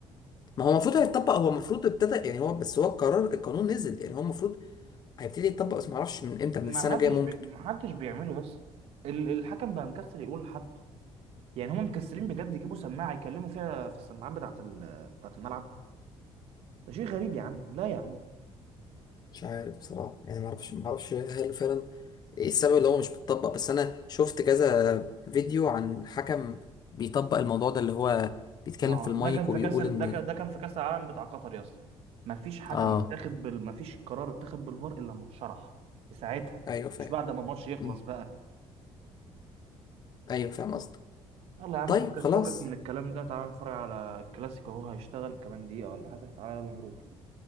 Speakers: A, on the left; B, on the right.
A: ما هو المفروض هيتطبق هو المفروض ابتدى يعني هو بس هو القرار القانون نزل يعني هو المفروض هيبتدي يتطبق بس ما اعرفش من امتى من
B: ما
A: السنة
B: حدش
A: الجاية ممكن
B: بي... ما حدش بيعمله يس ال- الحكم بقى مكسل يقول لحد يعني هم مكسلين بجد يجيبوا سماعه يكلموا فيها في السماعات بتاعه ال... بتاعه الملعب ده شيء غريب يا عم لا يا عم
A: مش عارف بصراحة يعني معرفش معرفش هل فعلا ايه السبب اللي هو مش بيطبق بس انا شفت كذا فيديو عن حكم بيطبق الموضوع ده اللي هو بيتكلم
B: ما هو
A: في المايك
B: ده كان في
A: وبيقول
B: كاس ال-
A: ان
B: ده كان ده كان في كاس العالم بتاع قطر يس ما فيش حكم
A: اه
B: اتاخد بال... ما فيش قرار اتاخد بالفار الا لما اتشرح في ساعتها
A: ايوه فاهم
B: مش بعد ما الماتش يخلص
A: مم.
B: بقى
A: ايوه فاهم قصدك
B: يلا يا عم
A: طيب
B: فكك
A: خلاص
B: فكك من الكلام ده تعالى نتفرج على الكلاسيكو اهو هيشتغل كمان دقيقه ولا حاجه تعالى يلا نروح